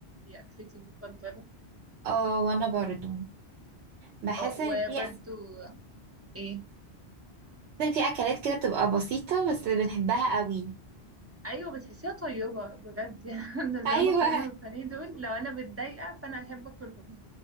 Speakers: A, on the right; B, on the right.
A: دي أكلتي المفضلة
B: اه وانا برضو بحس
A: اه
B: ان
A: وبرضو
B: في بحس
A: آه، إيه
B: ان في اكلات كده بتبقى بسيطة بس بنحبها قوي
A: أيوة بتحسيها طيبة بجد <laughs> يعني بالنسبة
B: ايوه
A: لي المكرونة والبانيه دول لو أنا متضايقة فأنا أحب أكلهم